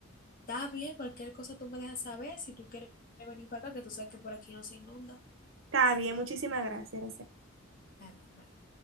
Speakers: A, on the left (about 45°); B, on the right (about 65°).
A: Está bien, cualquier cosa tú me dejas saber. Si tú quieres venir para acá, que tú sabes que por aquí no se inunda.
B: Está bien, muchísimas gracias. Araceli.
A: Está bien, bye.